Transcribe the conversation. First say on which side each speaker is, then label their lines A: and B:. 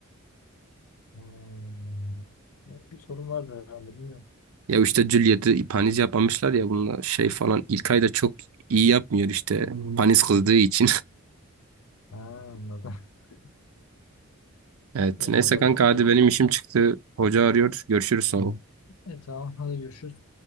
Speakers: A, on the left; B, on the right.
A: Hmm. Bir sorun var herhalde bilmiyorum.
B: Ya işte Juliet'i Panis yapamışlar ya bunlar şey falan. İlkay da çok iyi yapmıyor işte Panis kızdığı için. <laughs>
A: Ha, anladım. <laughs>
B: Evet
A: E,
B: neyse
A: vallahi
B: kanka
A: bilmiyorum.
B: hadi benim işim çıktı. Hoca arıyor. Görüşürüz sonra.
A: Ha. E tamam hadi görüşürüz.